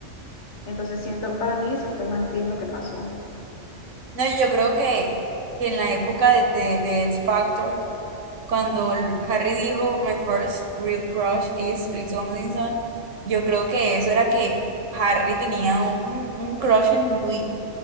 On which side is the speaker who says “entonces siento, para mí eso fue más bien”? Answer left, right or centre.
Left